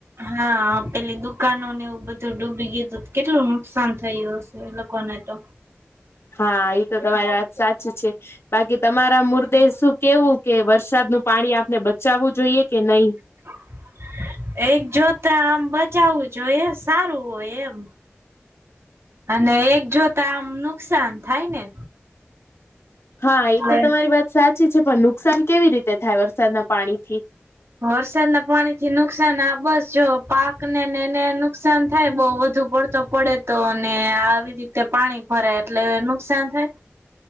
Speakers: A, on the right; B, on the left.
A: હા પેલી દુકાનો ને એવું બધું ડૂબી ગયું હતું કેટલું નુકસાન થયું. એ લોકો ને તો.
B: હા, એ તો તમારી વાત સાચી છે. બાકી તમારા મુર્દે શું કેવું કે વરસાદનું પાણી આપને બચાવવું જોઈએ કે નહી.
A: <unintelligible> એક જોતા આમ બચાવું જોઈ, સારું હોય એમ. અને એક જોતા આમ નુકસાન થાય ને.
B: હા,
A: એટલે
B: એ તો તમારી વાત સાચી છે, પણ નુકસાન કેવી રીતે થાય વરસાદના પાણી થી?
A: વરસાદ ના પાણી થી નુકસાન આ બસ જો પાક ને, ને એને નુકસાન થાય બઉ વધુ પડતું. પડે તો ને, આવી રીતે પાણી ભરાય એટલે નુકસાન થાય.